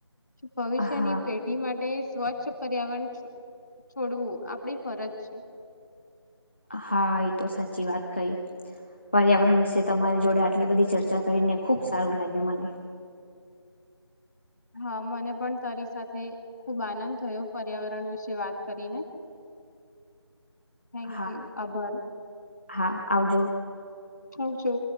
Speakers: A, on the left; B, on the left.
A: ભવિષ્યની
B: હા
A: પેઢી માટે સ્વચ્છ પર્યાવરણ છોડવું આપણી ફરજ છે.
B: હા એ તો સાચી વાત કઈ. પર્યાવરણ વિશે તમારી જોડે આટલી બધી ચર્ચા કરીને ખુબ સારું લાગ્યું મને.
A: હા મને પણ તારી સાથે ખુબ આનંદ થયો પર્યાવરણ વિશે વાત કરીને. થેન્ક
B: હા
A: યુ આભાર.
B: હા આવજો.
A: હ જો